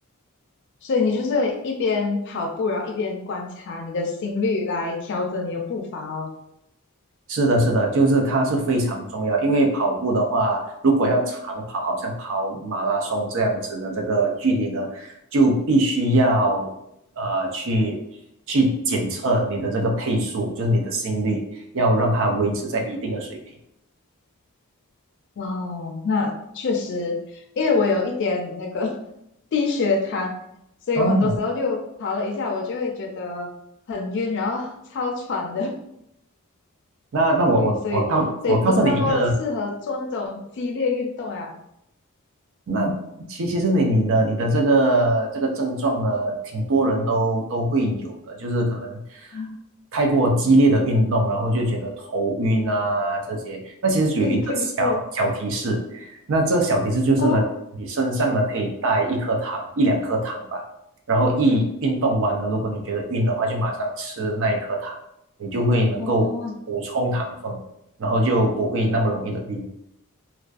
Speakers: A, on the left (about 50°); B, on the right (about 60°).
A: 所以你就是一边跑步，然后一边观察你的心率来调整你的步伐哦。
B: 是的，是的，就是它是非常重要，因为跑步的话，如果要长跑，好像跑马拉松这样子的这个距离呢，就必须要呃去去检测你的这个配速，就是你的心率，要让它维持在一定的水平。
A: 哦，哇哦，那确实，因为我有一点那个 <laughs> 低血糖，所以我很多时候就跑了一下，
B: 哦，
A: 我就会觉得很晕，然后超喘的。
B: 那那我我我告我告诉你一个
A: <laughs> 对，所以所以不是那么适合做那种激烈运动啊。
B: 那其其实你你的你的这个这个症状呢，挺多人都都会有的，就是可能
A: 嗯
B: 太过激烈的运动，然后就觉得头晕啊这些。那其实有一个小小提示，
A: <laughs> 对对对，
B: 那这小提示就是呢，
A: 哦。
B: 你身上呢可以带一颗糖，一两颗糖吧。然后一运动完了，如果你觉得晕的话，就马上吃那一颗糖，你就会能够补充糖分，
A: 哦
B: 然后就不会那么容易的晕。